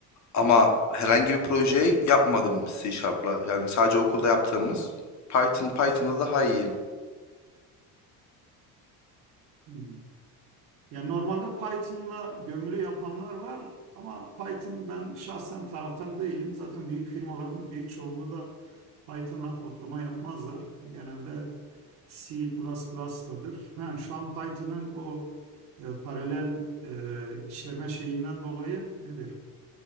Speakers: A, on the left; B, on the right.
A: Ama herhangi bir projeyi yapmadım C Sharp'la. Yani sadece okulda yaptığımız Python, Python'da daha iyiyim.
B: Hmm. Ya normalde Python'la gömülü yapanlar var ama Python ben şahsen taraftar değilim. Zaten büyük firmaların büyük çoğunluğu da Python'la kodlama yapmazlar. Genelde C++'ladır. Ha, şu an Python'ın o e, paralel e, işleme şeyinden dolayı nedir?